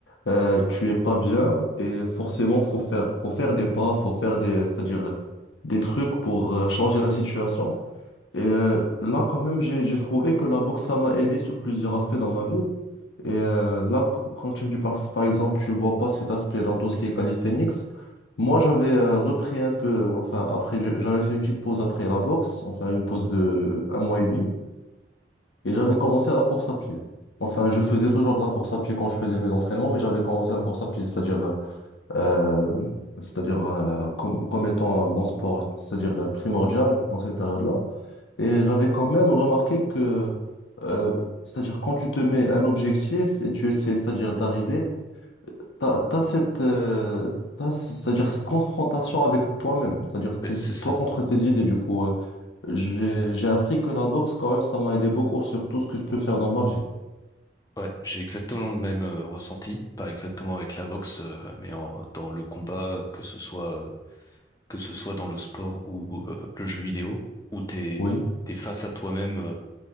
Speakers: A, on the left (about 80°); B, on the left (about 20°).
A: euh, tu es pas bien et forcément, faut faire, faut faire des pas, faut faire des, c'est-à-dire des trucs pour euh, changer la situation. Et euh, là, quand même, j'ai, j'ai trouvé que la boxe, ça m'a aidé sur plusieurs aspects dans ma vie. Et euh, là, qu- quand tu me dis par, par exemple, tu vois pas cet aspect dans tout ce qui est calisthenics, moi j'avais euh, repris un peu, euh, enfin après, j'ai- j'avais fait une petite pause après la boxe, enfin une pause de un mois et demi, et j'avais commencé à la course à pied. Enfin, je faisais toujours de la course à pied quand je faisais mes entraînements, mais j'avais commencé la course à pied, c'est-à-dire euh, c'est-à-dire euh, comme, comme étant mon sport, c'est-à-dire euh, primordial dans cette période-là. Et j'avais quand même remarqué que, euh, c'est-à-dire quand tu te mets un objectif et tu essaies, c'est-à-dire d'arriver, t'as, t'as cette, euh, t'as ce- c'est-à-dire cette confrontation avec toi-même, c'est-à-dire t'es-
B: ouais, c'est
A: c'est
B: ça.
A: toi contre tes idées. Du coup, euh, j'ai, j'ai appris que la boxe, quand même, ça m'a aidé beaucoup sur tout ce que je peux faire dans ma vie.
B: Ouais, j'ai exactement le même euh, ressenti, pas exactement avec la boxe, euh, mais en- dans le combat, que ce soit, que ce soit dans le sport ou euh, le jeu vidéo, où t'es,
A: Oui,
B: t'es face à toi-même, euh,